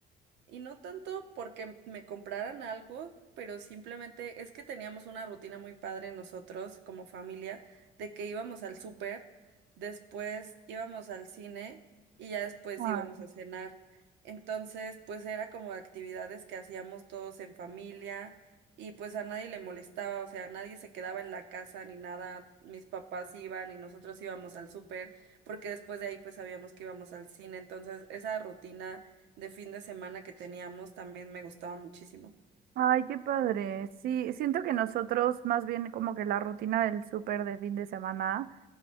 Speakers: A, on the right; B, on the right.
A: y no tanto porque me compraran algo, pero simplemente es que teníamos una rutina muy padre nosotros como familia, de que íbamos al súper, después íbamos al cine y ya después
B: Ah,
A: íbamos a cenar. Entonces, pues era como actividades que hacíamos todos en familia y pues a nadie le molestaba, o sea, nadie se quedaba en la casa ni nada. Mis papás iban y nosotros íbamos al súper, porque después de ahí pues sabíamos que íbamos al cine. Entonces, esa rutina de fin de semana que teníamos también me gustaba muchísimo.
B: Ay, qué padre. Sí, siento que nosotros más bien como que la rutina del súper de fin de semana,